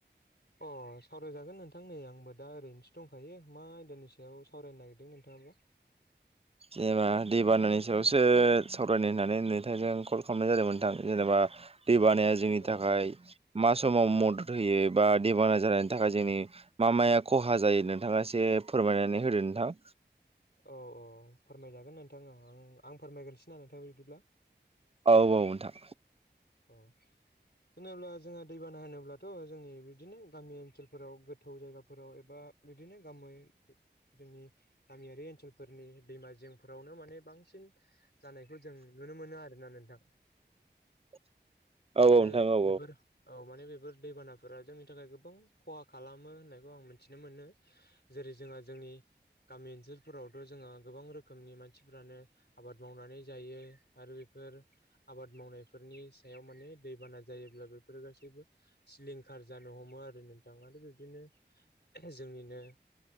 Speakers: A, on the left; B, on the right.
A: अ सावरायजागोन नोंथां नै आंबो दा ओरैनोसो दंखायो मा आयदानि सायाव सावरायनो नागिरदों नोंथां। नाबा
B: <inaudible> जेनेबा दै बानानि सायावसो सावरायनो होननानै नोंथजों कल खालामनाय जादोंमोनोंथां जेनेबा दै बानाया जोंनि
A: औ
B: थाखाय मा समाव मदद होयो बा दैबांना जानायनि थाखाय जोंनि मा माया खहा जायो नोंथाङा एसे फोरमायनानै होदो नोंथां।
A: औ औ फोरमायजागोन नोंथां आं आं फोरमायगोनसै ना नोंथां बिदिब्ला
B: औ औ नोंथां।
A: औ। होनोब्ला जोंहा दैबाना होनोब्लाथ' जोंनि बिदिनो गामि ओनसोलफोराव गोथौ जायगाफोराव एबा बिदिनो गामै जोंनि गामियारि ओनसोलफोरनि दैमा जिेंफोरावनो माने बांसिन जानायखौ जों नु नुनो मोनो आरोना नोंथां।
B: <unintelligible> नोंथां
A: आरो
B: औ नोंथां औ
A: बेफोर औ माने बे बेफोर दैबानाफोरा जोंनि थाखाय गोबां खहा खालामो होननायखौ आं मिथिनो मोनो जेरै जोंहा जोंनि गामि ओनसोलफोरावथ' जोङो गोबां रोखोमनि मानसिफोरानो आबाद मावनानै जायो आरो बे फोर आबाद मावनाय फोरनि सायाव माने दैबाना जायोब्ला बेफोरो गासैबो सिलिंखार जानो हमो आरो नोंथा। आरो बिब्दिनो जोंनिनो